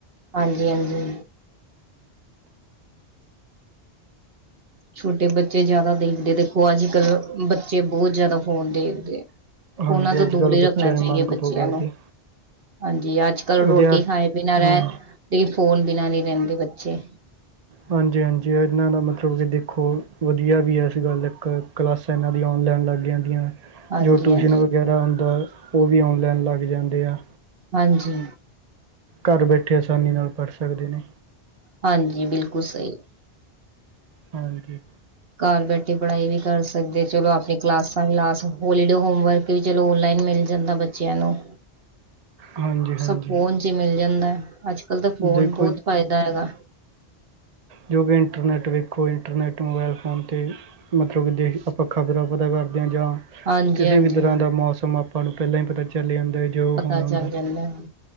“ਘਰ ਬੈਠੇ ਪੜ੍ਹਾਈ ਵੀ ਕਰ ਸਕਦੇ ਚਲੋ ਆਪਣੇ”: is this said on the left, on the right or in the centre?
Right